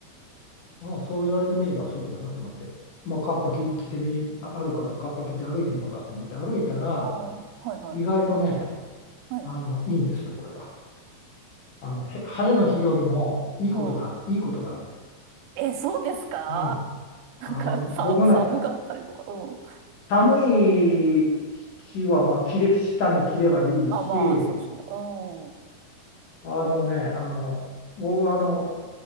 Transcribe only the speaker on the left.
ああ、そう言われてみればそうだなと思って。まあ、カッパ着、着てみ、ああるからカッパ着て歩いてみようかと思って歩いたら
意外とね、
あの、いいんですよ、これが。あのへ晴れの日よりもいいことがいいことがある。
うん、
あの僕ね
寒い日はまあ着れ下に着ればいいし
あのねあの僕はあの